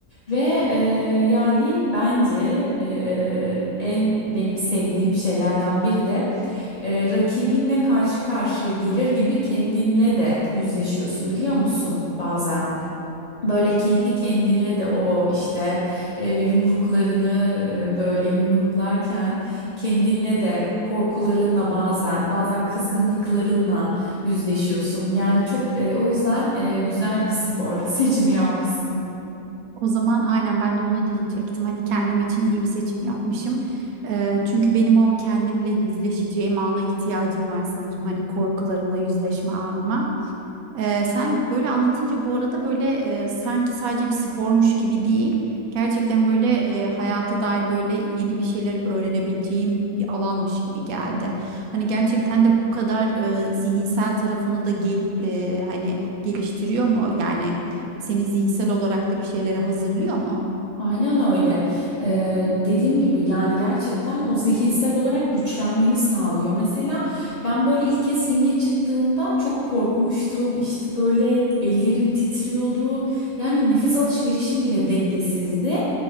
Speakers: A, on the left (about 45°); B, on the right (about 85°).
A: ve eee, yani bence eee, en benim sevdiğim şeylerden biri de e, rakibinle karşı karşıya gelir gibi kendinle de yüzleşiyorsun biliyor musun bazen? Böyle kendi kendinle de o işte e, yumruklarını e, böyle yumruklarken kendinle de korkularınla bazen bazen kızgınlıklarınla yüzleşiyorsun. Yani çok e, o yüzden e, güzel bir spor <laughs> seçimi yapmışsın.
B: O zaman aynen ben de onu diyecektim. Hani kendim için iyi bir seçim yapmışım. E, çünkü benim o kendimle yüzleşeceğim ana ihtiyacım var sanırım. Hani korkularımla yüzleşme anıma. Ee, sen böyle anlatınca bu arada böyle e, sanki sadece bir spormuş gibi değil. Gerçekten böyle e, hayata dair böyle yeni bir şeyler öğrenebileceğim bir alanmış gibi geldi. Hani gerçekten de bu kadar e, zihinsel tarafını da gel, e, hani geliştiriyor mu? Yani seni zihinsel olarak da bir şeylere hazırlıyor mu?
A: Aynen öyle. Ee, dediğim gibi yani gerçekten o zihinsel olarak güçlenmeni sağlıyor. Mesela ben böyle ilk kez ringe çıktığımda çok korkmuştum. İşte böyle ellerim titriyordu. Yani nefes alışverişim bile dengesizdi.